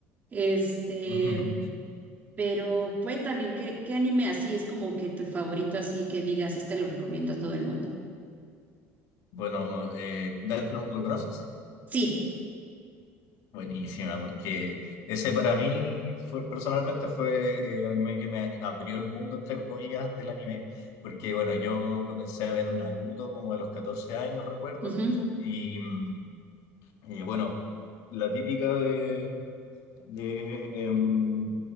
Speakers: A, on the right; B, on the left.
A: Este,
B: <laughs>
A: pero cuéntame, ¿qué, qué anime así es como que tu favorito, así que digas, este lo recomiendo a todo el mundo?
B: Bueno, eh, Death Note, ¿lo conoces?
A: Sí.
B: Buenísima, porque ese para mí fue, personalmente fue el anime que me abrió el mundo, entre comillas, del anime, porque bueno, yo comencé a ver Naruto como a los 14 años, recuerdo,
A: Ujú.
B: y mm, eh, bueno, la típica de, de, em,